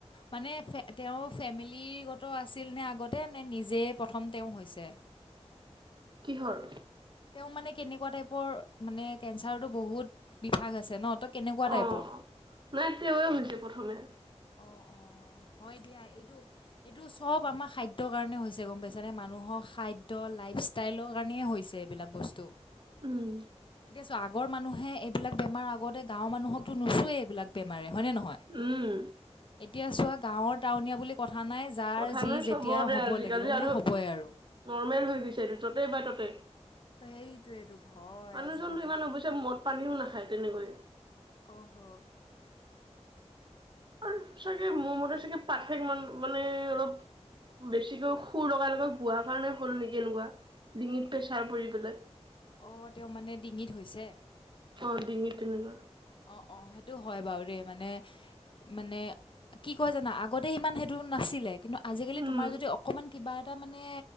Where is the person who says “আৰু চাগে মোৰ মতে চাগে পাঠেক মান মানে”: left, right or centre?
Right